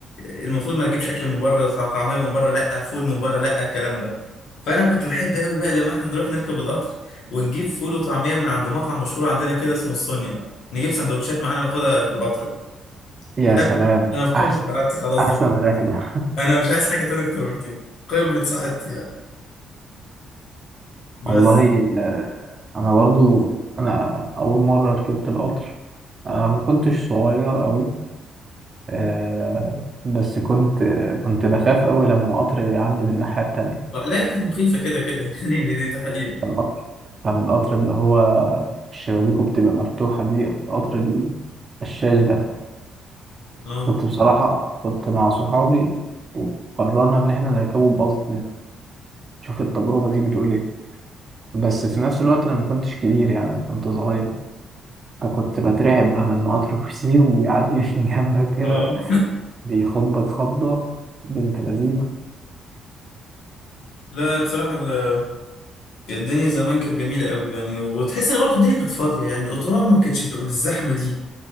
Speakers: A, on the left; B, on the right.
A: آه، المفروض ما نجيبش اكل من بره طع- طعميه من بره لا فول من بره لا الكلام ده فانا كنت بحب قوي بقى لما احنا نروح نركب القطر ونجيب فول وطعميه من عند مطعم مشهور عندنا كده اسمه السني بقى نجيب سندوتشات معانا ناخدها في القطر بقى
B: يا
A: فاهم؟
B: سلام
A: انا في قمه
B: احسن
A: سعادتي خلاص
B: احسن
A: دلوقتي
B: رحله
A: انا مش عايز حاجه تانية اكتر من كده قمه سعادتي يعني بس
B: والله آه، انا برضو انا اول مره ركبت القطر انا ما كنتش صغير قوي آه، بس كنت آه، كنت بخاف قوي لما قطر يعدي من الناحيه التانية
A: آه، لا هي كانت مخيفه كده كده <laughs> يعني دي, دي, دي حقيقه
B: كان القطر كان القطر اللي هو شبابيكه بتبقى مفتوحه دي قطر الشاش ده
A: اه
B: كنت بصراحه كنت مع صحابي وقررنا ان احنا نركبه بقصد نشوف التجربه دي بتقول ايه بس في نفس الوقت انا ما كنتش كبير يعني كنت صغير فكنت بترعب بقى لما قطر فسيو ويعدي من <laughs> جنبك كده
A: اه
B: بيخضك خضة بنت لذينة
A: لا بصراحة ال- الدنيا زمان كانت جميلة قوي يعني وتحس ان برضه الدنيا كانت فاضية يعني القطورة ما كانتش بتبقى بالزحمة دي